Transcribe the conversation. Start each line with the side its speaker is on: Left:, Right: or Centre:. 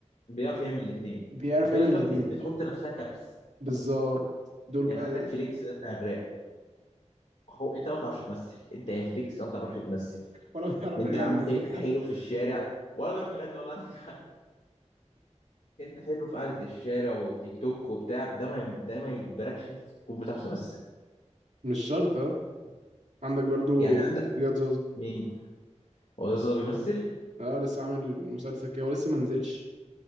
Left: بيعرف يعمل الاثنين
Right: بيعرف
Left: في
Right: يعمل
Left: ناس بقى
Right: الاتنين
Left: بتحب تحط نفسها كبس
Right: بالظبط دول
Left: يعني
Right: بقى
Left: عندك فليكس ده بتاع الراب هو انت ما بتعرفش تمثل انت يا فليكس ما بتعرفش تمثل
Right: ولا بيعرف
Left: انت
Right: يغني
Left: يا عم حي-
Right: ولا
Left: حلو في الشارع ولا بيعرف يغني ولا عندك حق. انت حلو في قعده الشارع والتيك توك وبتاع ده ما ده ما يجبركش انت تكون بتعرف تمثل
Right: <laughs> مش شرط اه عندك برضو
Left: يعني عندك
Right: زياد زوزو
Left: مين هو ده ده بيمثل
Right: اه لسه عامل مسلسل كده ولسه ما نزلش